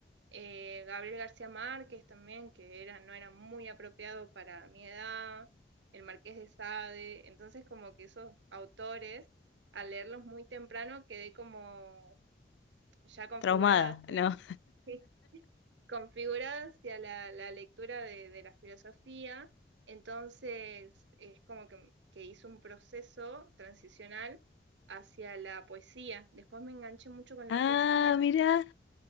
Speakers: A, on the right; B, on the left.
A: Eh, Gabriel García Márquez también, que era, no era muy apropiado para mi edad, el Marqués de Sade, entonces como que esos autores, al leerlos muy temprano, quedé como ya configurada
B: traumada,
A: hacia
B: ¿no?
A: la, <laughs> sí, configurada hacia la, la lectura de, de, la filosofía, entonces es como que, que hice un proceso transicional hacia la poesía. Después me enganché mucho con
B: <laughs>
A: la
B: Ah,
A: poesía
B: mirá,